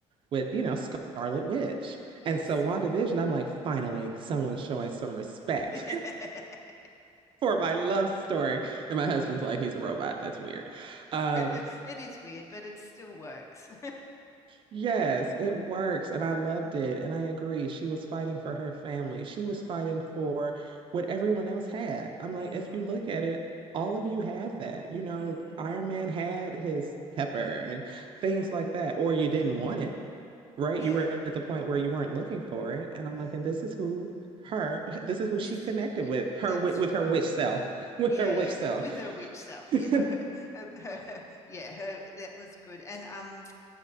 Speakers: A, on the right; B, on the left.
A: with, you know, Scarlet Witch.
B: Yes.
A: And so WandaVision, I'm like, finally, someone's showing some respect
B: <laughs>
A: <laughs> for my love story. And my husband's like, he's a robot. That's weird. Um,
B: It is weird, but it still works.
A: yes, it works. And I loved
B: Mm,
A: it. And I agree. She was fighting for her family. She was
B: mm,
A: fighting for what everyone else had. I'm like,
B: mm,
A: if you look at it, all of you had that. You know,
B: mm,
A: Iron Man had his pepper and
B: mm,
A: things like that, or you didn't
B: mm.
A: want it right?
B: Yeah.
A: You were at the point where you weren't looking for it. And I'm
B: Mm.
A: like, and this is who her, <laughs> this is who she
B: This
A: connected
B: is y-
A: with, her
B: that's
A: with, with
B: right.
A: her witch self, <laughs> with
B: Yeah,
A: her witch
B: yeah.
A: self.
B: With her witch self.
A: <laughs>
B: Yeah, but her, her, her- <laughs> yeah, her that was good. And um